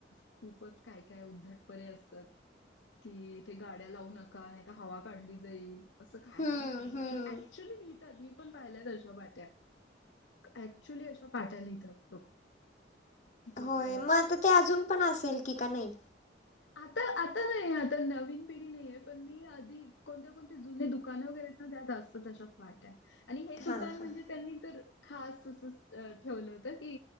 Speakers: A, on the left; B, on the left.
A: खूपच काय काय उद्धटपणे असतात. कि इथे गाड्या लावू नका. नाही तर हवा काढली जाईल. असं काय
B: हं,
A: काय काय
B: हं.
A: काय आणि ऍक्च्युली लिहितात मी मी पण पाहिल्यात अशा पाट्या, ऍक्च्युली अशा पाट्या लिहितात लोक. तर
B: होय मग आता ते अजून पण असेल की, का नाही.
A: आता आता नाही आता नवीन पिढी नाहीये पण मी आधी कोणत्या कोण तते जुने दुकानं वगैरेे येत ना त्यात असतांत अश्या पाट्या. आणि हे दुकान
B: हां,
A: म्हणजे,
B: हां.
A: त्यांनी तर खास अस ठेवलं होत की,